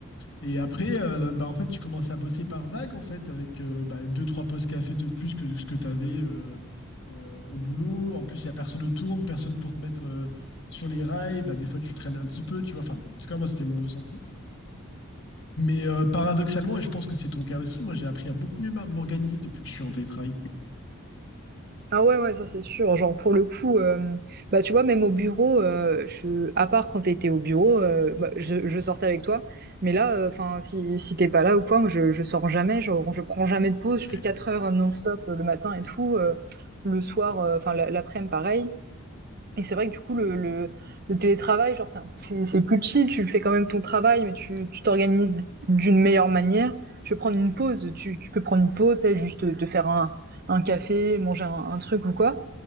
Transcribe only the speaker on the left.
Et après, euh, bah, en fait, tu commences à bosser par vague, en fait, avec euh, bah, deux, trois postes café de plus que ce que tu avais euh, euh, au boulot. En plus, il n'y a personne autour, personne pour te mettre euh, sur les rails. Bah, des fois, tu traînes un petit peu, tu vois. Enfin, en tout cas, moi, c'était mon ressenti. Mais euh, paradoxalement, et je pense que c'est ton cas aussi, moi, j'ai appris à beaucoup mieux m'a- m'organiser depuis que je suis en télétravail.
Ouais.